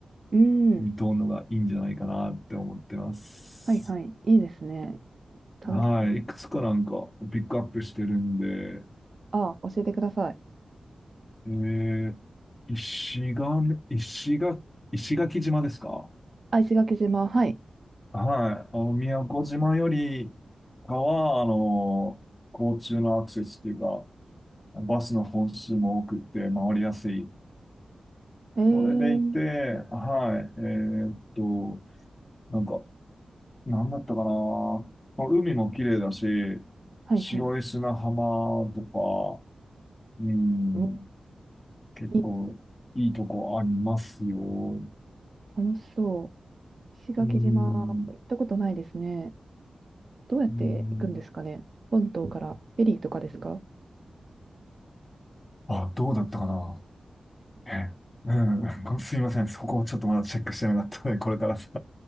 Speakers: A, on the right; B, on the left.
A: うん。
B: 離島のがいいんじゃないかなって思ってます。
A: はいはい。いいですね。楽しそう。
B: はい。いくつかなんか、ピックアップしてるんで、
A: ああ、教えてください。
B: えー、石垣、石垣、石垣島ですか
A: あ、石垣島。はい。
B: はい。あの、宮古島よりかは、あの、交通のアクセスというか、バスの本数も多くて回りやすい。
A: へえ。
B: それでいて、はい。えーっと、なんか、なんだったかな。海も綺麗だし、
A: はいはい。
B: 白い砂浜とか、うん、
A: うん
B: 結構いいとこありますよ。
A: いいです。楽しそう。石垣島、
B: うん、
A: 行ったことないですね。どうやって行くんですかね本島からフェリーとかですか
B: うん、あ、どうだったかな。ええうん、<laughs> すいません。そこをちょっとまだチェックしてなかったので、これからさ、